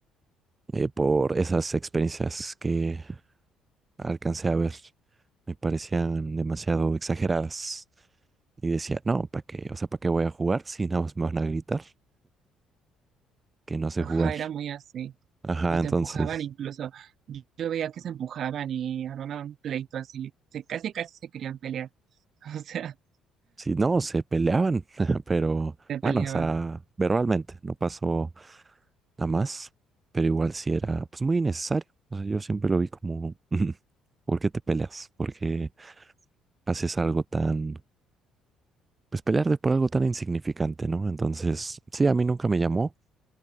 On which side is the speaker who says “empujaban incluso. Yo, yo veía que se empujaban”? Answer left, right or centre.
Right